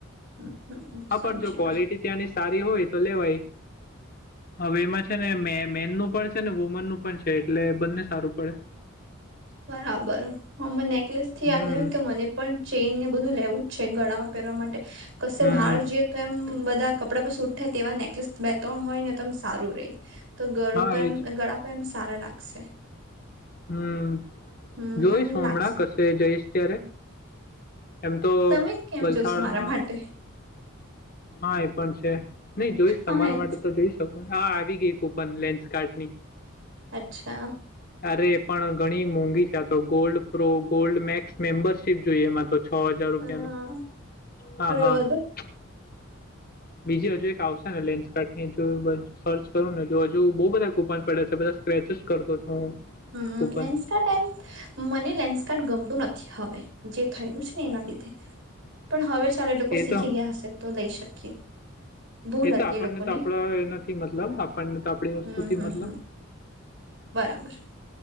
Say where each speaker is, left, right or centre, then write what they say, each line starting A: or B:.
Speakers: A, on the right; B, on the left.
A: હમ
B: હા,
A: સમજી
B: પણ જો ક્વોલિટી
A: ગઈ
B: ત્યાંની સારી હોય તો લેવાય. હવે એમાં છે ને મેનનું પણ છે ને વુમનનું પણ છે, એટલે બંને સારું પડે
A: બરાબર હ અમે નેકલેસ થી
B: હમ
A: યાદ આવ્યું કે મને પણ ચેઇન ને બધું લેવું જ છે, ગણા પરવા માટે કશે
B: હમ
A: બહાર જઈએ, તો એમ બધા કપડા પર સટ થાય તેવા નેક્ બે ત્રણ હોય ને તમ સારું રે તો ગળું
B: હા એ જ
A: ગળા પ્રેમ સારા લાગશે,
B: હમ્મ
A: હમ
B: જોઈશું
A: એમ
B: હમણાં
A: લાગશે
B: કશે જઈશ, ત્યારે એમ તો
A: તમે કેમ
B: વલસાડમાં
A: જોશો મારા માટે
B: હા એ પણ છે નહી જોઈશ,
A: હા
B: તમારા
A: એ
B: માટે તો જોઈ શકોને આ આવી ગઈ કુપન લેન્સ કાટની
A: અચ્છા
B: અરે પણ ઘણી મોંઘી છે, તો gold pro gold max membership જોઈએ, એમાં તો છ હજાર રૂપિયાનું
A: હા
B: હા
A: રેવા
B: હા
A: દો
B: <inaudible> બીજી હજુ એક આવશે ને લેન્સ કાર ની સર્ચ કરું ને જો હજુ બહુ બધા કુપન પડે છે, બધા સ્ક્રેચસ કરતો છું,
A: હમ્મ
B: કૂપન.
A: લેન્સ કારડ એમ મને લેન્સકારડ ગમતું નથી હવે. જે થયેલું છે ને એના લીધે પણ હવે ચાલે લોકો
B: એ
A: શીખી
B: તો
A: ગયા હશે તો લઈ શકીએ, ભૂલ
B: એ તો
A: હતી
B: આપણને
A: લોકોની
B: તો આપણા એ નથી મતલબ આપણને તો આપડી વસ્તુથી
A: હમ હમ
B: મતલબ
A: હમ બરાબર